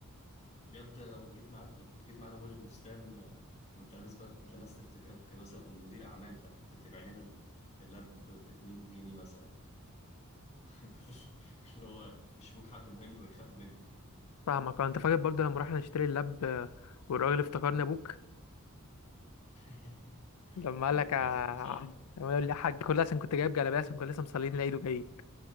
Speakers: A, on the left (about 30°); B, on the left (about 80°).
A: يد لو جيت معاك لو كنت جيت معانا مول البستان آه، وانت لابس بدله الناس تفتكرك مثلا مدير اعمال فتبيع لنا ال- اللاب ب 2 جنيه مثلا <laughs> بدل اللي هو يشوفوك حد مهم ويخافوا منك
B: فاهمك آه، انت فاكر برضه لما رحنا نشتري اللاب آه، والراجل افتكرني ابوك
A: <laughs>
B: لما قال
A: يا ده
B: لك
A: انت
B: آه،
A: بص بصراحة
B: لما يقول لي يا حاج كل ده عشان كنت جايب جلابيه عشان كنا لسه مصلين العيد وجايين